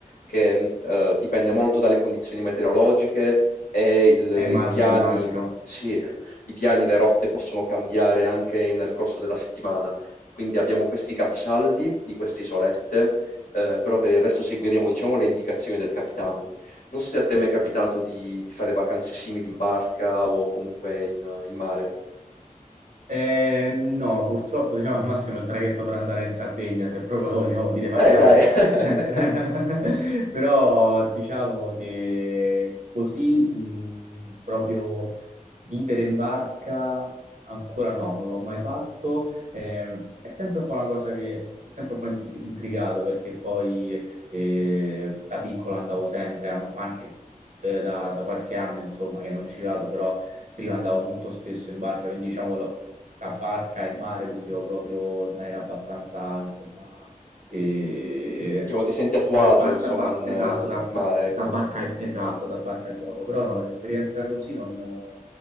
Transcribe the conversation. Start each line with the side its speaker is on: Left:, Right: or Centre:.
Left: che, mhmm, uhm, dipende molto dalle condizioni meteorologiche e il
Right: immagino,
Left: i piani
Right: immagino.
Left: sì, i piani, le rotte possono cambiare anche nel corso della settimana. Quindi abbiamo questi capisaldi di queste isolette, uhm, però per il resto seguiremo, diciamo, le indicazioni del capitano. Non so se a te è mai capitato di di fare vacanze simili in barca o comunque in in mare.
Right: Eh, no, purtroppo diciamo al massimo il traghetto per andare in Sardegna, se proprio lo vogliamo dire vacanza.
Left: Eh dai. <laughs>
Right: <laughs> Però diciamo che così, mh, proprio Vivere in barca ancora no, non l'ho mai fatto. Eh, è sempre un po' una cosa che è sempre un po' inti- intrigato perché poi eh, da piccolo andavo sempre, ma ma anche eh, da, da qualche anno insomma che non ci vado, però prima andavo molto spesso in barca, quindi diciamo lo- la barca e il mare lo vivevo proprio in maniera abbastanza insomma eh,
Left: Diciamo ti senti a tuo agio
Right: Bar-
Left: insomma
Right: da ba-
Left: in
Right: esatto, da,
Left: in mare,
Right: da, da
Left: ecco.
Right: barca, esatto, da barcaiolo, però no, l'esperienza così non, eh,